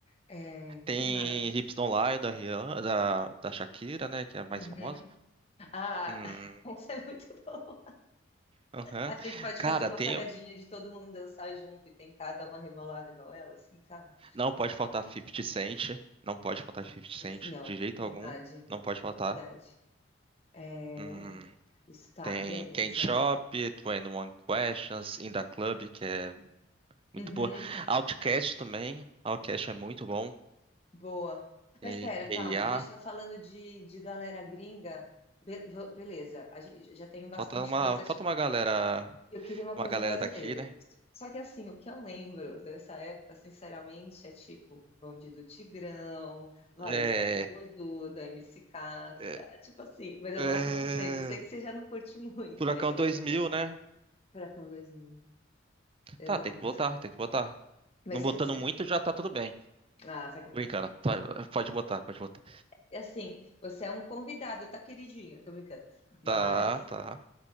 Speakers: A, on the left; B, on the right.
A: É, que
B: Tem
A: mais?
B: Hips Don't Lie da, Rihanna, da, da Shakira, né? Que é a mais
A: Uhum.
B: famosa.
A: Ah,
B: Hum,
A: <laughs> essa é muito boa.
B: aham.
A: A gente pode
B: Cara,
A: fazer uma
B: tem.
A: paradinha de todo mundo dançar junto e tentar dar uma rebolada igual ela, assim, sabe?
B: Não pode faltar 50 Cent. Não pode faltar 50 Cent
A: Não,
B: de jeito
A: verdade,
B: algum. Não pode faltar.
A: verdade. É,
B: Hum,
A: isso tá,
B: tem
A: beleza.
B: Candy Shop, 21 Questions, In Da Club, que é muito
A: Uhum,
B: boa. Outcast também. Outcast é muito bom.
A: boa.
B: E,
A: Mas espera,
B: e,
A: calma,
B: ah,
A: a gente tá falando de, de galera gringa. Be- v- beleza, a gente já tem bastante
B: falta uma,
A: coisa
B: falta uma galera
A: Eu queria uma
B: uma
A: coisa
B: galera
A: brasileira.
B: daqui, né?
A: Só que assim, o que eu lembro dessa época, sinceramente, é tipo Bonde do Tigrão, Valesca
B: É,
A: Popozuda, MC Catra,
B: é,
A: tipo assim, mas eu
B: é,
A: gosto bastante. Eu sei que você já não curte muito,
B: Furacão
A: mas você vai
B: 2000,
A: ter que aturar.
B: né?
A: Furacão 2000, exato.
B: Tá, tem que botar, tem que botar.
A: Mas
B: Não botando
A: você, você-
B: muito já tá tudo bem.
A: Ah, vai cagar.
B: Brincando, tá, pode botar, pode botar.
A: E assim, você é um convidado, tá queridinho, tô brincando.
B: Tá,
A: Mas,
B: tá,